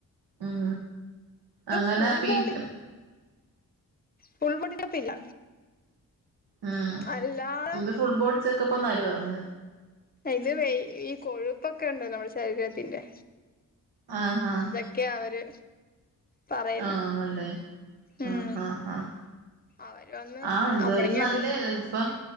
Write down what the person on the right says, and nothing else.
ഉം അങ്ങനെ
പിന്നെ
ഉം
ഇത് ഫുൾ ബോഡി ചെക്കപ്പന്ന അവര് പറഞ്ഞ
ആഹ് ആഹ്
ആഹ് നല്ലേ
ആഹ് ആഹ് ആഹ്
ആഹ് എന്തായാലും
നല്ലയാ ഇതിപ്പം